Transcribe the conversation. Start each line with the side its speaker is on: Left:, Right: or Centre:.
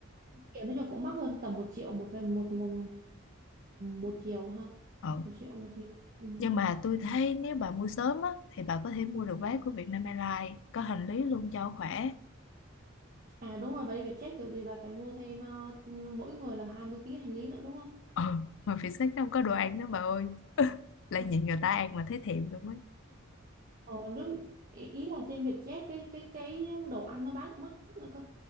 Right: Kiểu nói chung cũng mắc hơn tầm một triệu một về một một một chiều ha.
Left: ờ
Right: Một triệu một chiều. Ừ.
Left: nhưng mà tôi thấy nếu bà mua sớm á thì bà có thể mua được vé của Vietnam Airlines có hành lý luôn cho khỏe
Right: À đúng rồi bà đi Vietjet kiểu gì bà phải mua thêm ờ, mỗi người là 20 kg hành lý nữa đúng không?
Left: ờ mà phía sách nó không có đồ ăn nữa bà ơi lại
Right: Ừ.
Left: nhìn người ta ăn mà thấy thèm luôn ấy
Right: Ờ, nước ý ý là trên Vietjet cái cái cái đồ ăn nó bán cũng mắc nữa cơ.